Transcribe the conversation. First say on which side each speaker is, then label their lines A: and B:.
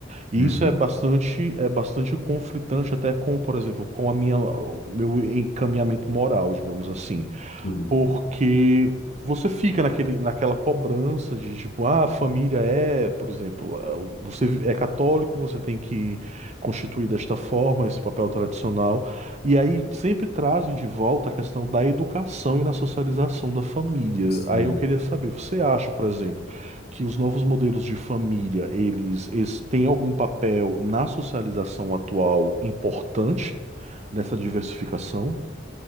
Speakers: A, on the right; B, on the left.
A: E
B: uhum,
A: isso é bastante, é bastante conflitante até com, por exemplo, com a minha, o meu encaminhamento moral, digamos assim.
B: sim,
A: Porque você fica naquele, naquela cobrança de tipo, ah, a família é, por exemplo, ah, você é católico, você tem que constituir desta forma esse papel tradicional. E aí sempre trazem de volta a questão da educação e na socialização da família.
B: sim.
A: Aí eu queria saber, você acha, por exemplo, que os novos modelos de família, eles, eles têm algum papel na socialização atual importante nessa diversificação?